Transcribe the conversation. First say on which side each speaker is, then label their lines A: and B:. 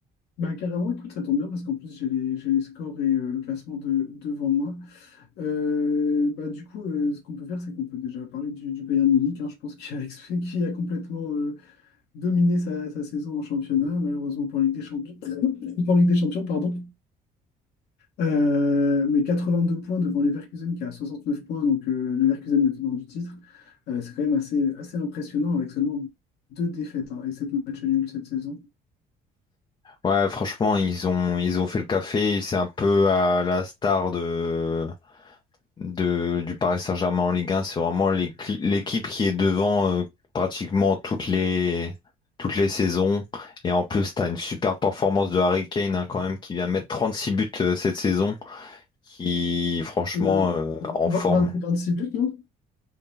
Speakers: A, on the left (about 75°); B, on the left (about 30°).
A: bah, carrément, écoute, ça tombe bien parce qu'en plus j'ai les, j'ai les scores et euh, le classement de, devant moi. Euh, bah, du coup, euh, ce qu'on peut faire, c'est qu'on peut déjà parler du, du Bayern Munich. hein. je pense qu'il a, exp- qu'il <laughs> a complètement euh, dominé sa, sa saison en championnat, malheureusement pour Ligue des Champions, <coughs> <laughs> pour Ligue des Champions, pardon. Euh, mais 82 points devant Leverkusen qui a 69 points, donc euh, Leverkusen le tenant du titre. Euh, c'est quand même assez, assez impressionnant avec seulement deux défaites hein, et sept matchs nuls cette saison.
B: Ouais, franchement ils ont, ils ont fait le café. C'est un peu à la star de de, du Paris Saint-Germain en Ligue 1. C'est vraiment l'équi- l'équipe qui est devant euh, pratiquement toutes les, toutes les saisons. Et en plus, tu as une super performance de Harry Kane hein, quand même qui vient mettre 36 buts euh, cette saison, qui franchement
A: Euh,
B: euh, en
A: vingt-
B: forme.
A: vingt- 26 buts, non?